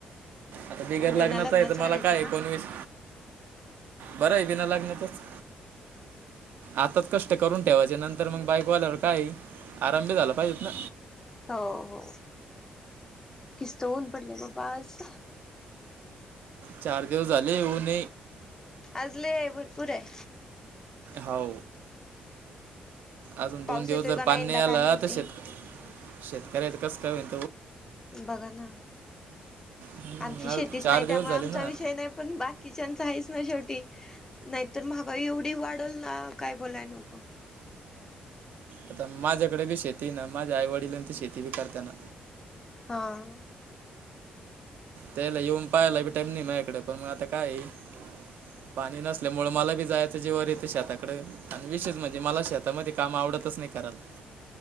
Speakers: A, on the right; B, on the left.
A: आता बिगर
B: मग बिना
A: लग्नच
B: लग्नाचं
A: आहे तर
B: राहायचं
A: मला काय एकोणवीस
B: का
A: बरं आहे बिना लग्नतच आताच कष्ट करून ठेवायचे नंतर मग बायको आवाल्यावर काय आरामभ झाला पाहिजेत ना
B: हो हो किस्त होऊन पडले बाबा आज
A: चार दिवस झाले होऊन
B: आजले आहे भरपूर आहे
A: हो अजून दोन
B: पाऊस
A: दिवस
B: येतोय
A: जर
B: का
A: पान
B: यंदा
A: नाही आला
B: काय माहिती
A: तर शेत शेतकऱ्यात कस का होईन
B: बघा ना
A: हम्म,
B: आमची
A: आज
B: शेतीच
A: चार
B: नाही
A: दिवस
B: त्यामुळे
A: झाले
B: आमचा
A: ना
B: विषय नाही पण बाकी किचनच आहेच ना शेवटी नाहीतर मगा एवढी वाढल ना काय बोलाय नको
A: आता माझ्याकडे बी शेती ना माझ्या आईवडिला ती शेती बी करत ना
B: हं
A: त्याला येऊन पाहाला बी टाईम नाही माझ्याकडे पण मग आता काय ये पाणी नसल्या मुळ मला बी जायचं जेवर येते शेताकड आणि विशेष म्हणजे मला शेतामध्ये काम आवडतच नाही कराला